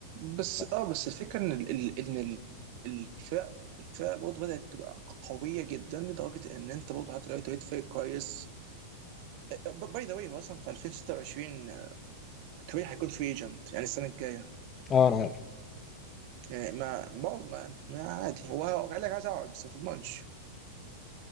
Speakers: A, on the right; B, on the left.
A: بس
B: اه
A: اه بس الفكره ان ال- ال- ان ال- الفرق الفرق برضه بدات تبقى قويه جدا لدرجه ان انت برضه حتى لو انت بقيت فريق كويس باي ذا واي هو اصلا في 2026 طبيعي هيكون فري ايجنت يعني السنه الجايه
B: آه، انا عارف
A: يعني ما ما, ما, ما عادي هو قال لك عايز اقعد بس ما تضمنش